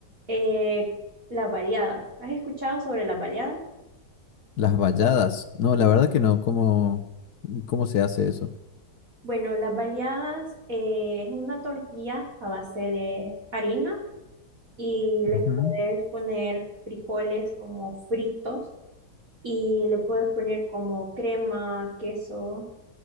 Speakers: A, on the right; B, on the left.
A: eh, las baleadas. ¿Has escuchado sobre las baleadas?
B: Las valladas. No, la verdad que no. ¿Cómo, cómo se hace eso?
A: Bueno, las baleadas eh, es una tortilla a base de harina y les
B: Ujú.
A: puedes poner frijoles como fritos y le puedes poner como crema, queso.